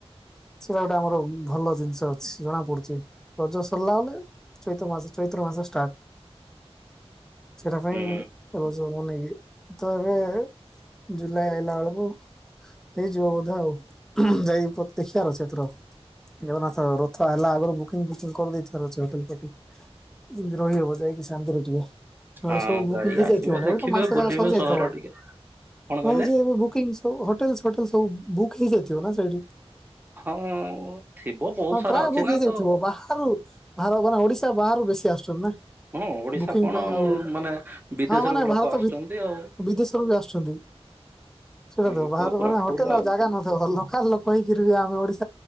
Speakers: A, in the centre; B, on the right.
A: ସେଇଟା ଗୋଟେ ଆମର ଭଲ ଜିନିଷ ଅଛି ଜଣା ପଡୁଛି ରଜ ସରିଲା ବଲେ। ଚୈତ୍ର ମାସ ଚୈତ୍ର ମାସ ଷ୍ଟାର୍ଟ ସେଟା ପାଇଁ
B: ହୁଁ
A: ରଜ ବନ୍ ତ ଏବେ ଜୁଲାଇ ଆଇଲା ବେଳକୁ। ହେଇଯିବ ବୋଧେ ଆଉ ଯାଇି ଦେଖିବାର ଅଛି ଏଥର। ଜଗନ୍ନାଥ ରଥ ହେଲା ଆଗରୁ ବୁକିଂ ଫୁକିଂ କରିଦେଇଥିବାର ଅଛି ହୋଟେଲ ଫୋଟେଲ। ଯେମିତି ରହିହବ ଯାଇକି ଶାନ୍ତିରେ ଟିକେ। ନହେଲେ
B: ହଁ
A: ସବୁ ବୁକିଂ
B: ଯାଇକି
A: ହେଇଯାଇଥିବ
B: ଆସିବେ
A: ନହେଲେ
B: ଦେଖିବେ
A: ମାସ
B: ବୁଲିବେ
A: ଜାକ ସରିଯାଇଥିବ।
B: ସହର ଟିକେ କଣ କହିଲେ?
A: ନାଇଁ ଯେ ଏବେ ବୁକିଂ ସବ ହୋଟେଲୋଟେଲ ସବୁ ବୁକ୍ ହେଇଯାଇଥିବ ନା ସେଇଠି।
B: ହଁ। ଥିବ ବହୁତ
A: ହଁ
B: ସାରା
A: ପ୍ରାୟ
B: ଅଛି
A: ବୁକ୍
B: ନା
A: ହେଇଯାଇଥିବ
B: ତ
A: ବାହାରୁ ବା ମାନେ ଓଡିଶା ବାହାରୁ ବେଶୀ ଆସୁଛନ୍ତି ନା।
B: ହଁ ଓଡିଶା
A: ବୁକିଂ
B: କଣ
A: ପାଇଁ ଆଉ
B: ମାନେ ବିଦେଶର
A: ହଁ ମାନେ
B: ଲୋକ
A: ଭାରତ
B: ଆସୁଛନ୍ତି
A: ଭି
B: ଆଉ। <inaudible>
A: ବିଦେଶରୁ ବି ଆସୁଛନ୍ତି। ସେଇଟା ତ
B: ଲୋକ
A: ବାହାରୁ
B: ପୁରା
A: ମାନେ
B: ଫୁଲ
A: ହୋଟେଲ ଆଉ ଜାଗା ନଥିବ ଲୋକାଲ ଲୋକ ହେକିରି ବି ଆମେ ଓଡ଼ିଶା